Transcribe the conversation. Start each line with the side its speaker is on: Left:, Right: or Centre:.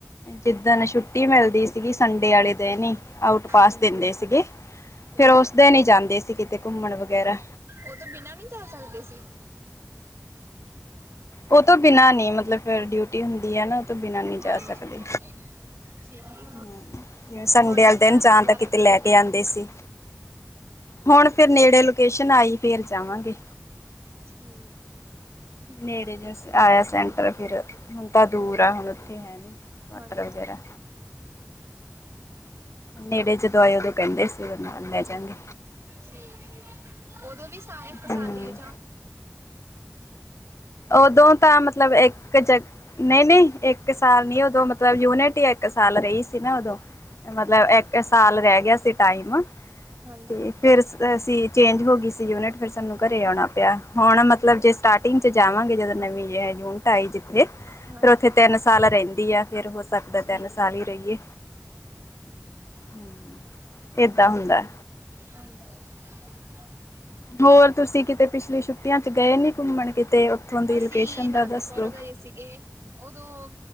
Left: ਜਿੱਦਣ ਛੁੱਟੀ ਮਿਲਦੀ ਸੀਗੀ ਸੰਡੇ ਵਾਲੇ ਦਿ ਨ ਆਊਟ ਪਾਸ
Right: ਹਾਂਜੀ
Left: ਦਿੰਦੇ ਸੀਗੇ।
Right: ਅੱਛਾ।
Left: ਫੇਰ ਉਸ ਦਿਨ ਹੀ ਜਾਂਦੇ ਸੀ ਕਿਤੇ ਘੁੰਮਣ ਵਗੈਰਾ।
Right: ਉਹ ਤੋਂ ਬਿਨਾਂ ਨਹੀਂ ਜਾ ਸਕਦੇ ਸੀ।
Left: ਉਹ ਤੋਂ ਬਿਨਾਂ ਨਹੀਂ ਮਤਲਬ ਫਿਰ ਡਿਊਟੀ ਹੁੰਦੀ ਹੈ ਨਾ ਉਹ ਤੋਂ ਬਿਨਾਂ ਨਹੀਂ ਜਾ
Right: ਹਾਂਜੀ
Left: ਸਕਦੇ।
Right: ਠੀਕ।
Left: ਹੂੰ ਜਿਵੇ ਸੰਡੇ
Right: ਹੁਣ ਨੀ
Left: ਵਾਲੇ ਦਿਨ
Right: ਜਾਣਾ
Left: ਜਾਂ
Right: ਦੁਬਾਰਾ
Left: ਤਾਂ ਕਿਤੇ
Right: ਕਦੇ
Left: ਲੈ ਕੇ ਆਉਂਦੇ ਸੀ। ਹੁਣ ਫੇਰ ਨੇੜੇ ਲੋਕੇਸ਼ਨ ਆਈ ਫੇਰ ਜਾਵਾਂਗੇ।
Right: ਠੀਕ ਹੈ।
Left: ਨੇੜੇ ਜੇ ਆਇਆ ਸੈਂਟਰ ਫਿਰ ਹੁਣ ਤਾਂ ਦੂਰ ਆ ਹੁਣ ਉੱਥੇ ਹੈ ਨੀ। ਵਟਰ
Right: ਹਾਂਜੀ
Left: ਵਗੈਰਾ ਨੇੜੇ ਜਦੋਂ ਆਏ ਉਦੋਂ ਕਹਿੰਦੇ ਸੀ ਉਹ ਨਾਲ ਲੈ ਜਾਗੇ।
Right: ਠੀਕ ਏ ਉਦੋਂ ਵੀ ਸਾਏ ਕਸਾਲੀ
Left: ਹੂੰ। ਉਦੋਂ ਤਾਂ ਮਤਲਬ ਇੱਕ ਨਹੀਂ ਨਹੀਂ ਇੱਕ ਸਾਲ ਨੀ ਉਦੋਂ ਮਤਲਬ ਯੂਨਿਟ ਹੀ ਇੱਕ ਸਾਲ ਰਹੀ ਸੀ ਨਾ ਉਦੋਂ ਮਤਲਬ
Right: ਅੱਛਾ
Left: ਇੱਕ ਸਾਲ ਰਹਿ ਗਿਆ ਸੀ ਟਾਈਮ
Right: ਹਾਂਜੀ
Left: ਤੇ ਫਿਰ ਅਸੀ ਚੇਂਜ ਹੋ ਗਈ ਸੀ। ਯੂਨਿਟ ਫਿਰ ਸਾਨੂੰ ਘਰੇ ਆਣਾ ਪਿਆ ਹੁਣ ਮਤਲਬ ਜੇ ਸਟਾਰਟਿੰਗ ਚ ਜਾਵਾਂਗੇ ਜਦੋਂ ਨਵੀ ਯੂਨਿਟ ਆਈ ਜਿੱਥੇ
Right: ਹਾਂਜੀ
Left: ਫਿਰ ਉੱਥੇ ਤਿੰਨ ਸਾਲ ਰਹਿੰਦੀ ਆ ਫਿਰ ਸਕਦਾ
Right: ਠੀਕ
Left: ਤਿੰਨ ਸਾਲ ਹੀ
Right: ਹੈ
Left: ਰਹੀਏ। ਹੂੰ, ਏਦਾਂ ਹੁੰਦਾ।
Right: ਹਾਂਜੀ।
Left: ਹੋਰ ਤੁਸੀਂ ਕਿਤੇ ਪਿਛਲੀ ਛੁੱਟੀਆਂ ਚ ਗਏ ਨੀ ਘੁੰਮਣ ਕਿਤੇ ਉੱਥੋਂ ਦੀ
Right: ਅਸੀਂ
Left: ਲੋਕੇਸ਼ਨ
Right: ਅਨੰਦਪੁਰ
Left: ਦਾ ਦੱਸ ਦੋ
Right: ਗਏ ਸੀਗੇ। ਉਹਦੋਂ